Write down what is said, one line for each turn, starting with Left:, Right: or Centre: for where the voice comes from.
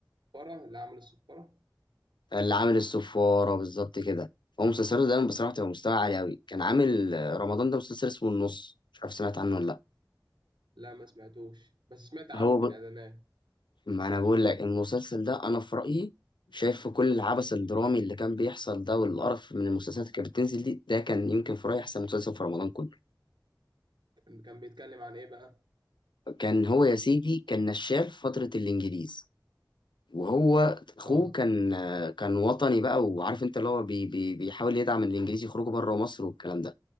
Right: فرع اللي عمل الصفاره
Left: اللي عامل السفاره بالظبط كده هو مسلسله دايما بصراحه بتبقى مستوى عالي قوي كان عامل آه، رمضان ده مسلسل اسمه النص مش عارف سمعت عنه ولا لا
Right: لا ما سمعتوش بس سمعت عنه
Left: هو ب...
Right: في الاعلانات
Left: ما انا بقول لك المسلسل ده انا في رايي شايف في كل العبث الدرامي اللي كان بيحصل ده والقرف من المسلسلات اللي كانت بتنزل دي ده كان يمكن في رايي احسن مسلسل في رمضان كله
Right: كان كان بيتكلم عن ايه بقى
Left: كان هو يا سيدي كان نشال في فترة الإنجليز وهو أخوه
Right: اه
Left: كان كان وطني بقى وعارف أنت اللي هو بي بي بيحاول يدعم الإنجليز يخرجوا بره مصر والكلام ده